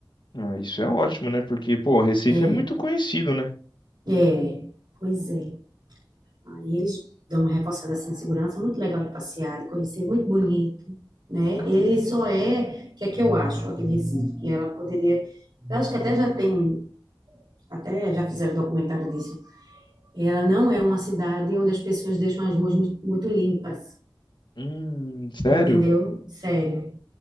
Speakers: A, on the left; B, on the right.
A: Ah, isso é ótimo, né? Porque, pô, Recife
B: É,
A: é muito conhecido, né?
B: é. Pois é. Aí eles dão uma reforçada assim, de segurança, muito legal de passear, de conhecer, muito bonito, né? Ele só é, o que é que eu acho, aqui de Recife, que ela poderia, eu acho que até já tem, até já fizeram documentário disso, ela não é uma cidade onde as pessoas deixam as ruas mu- muito limpas,
A: Hum, sério?
B: entendeu? Sério.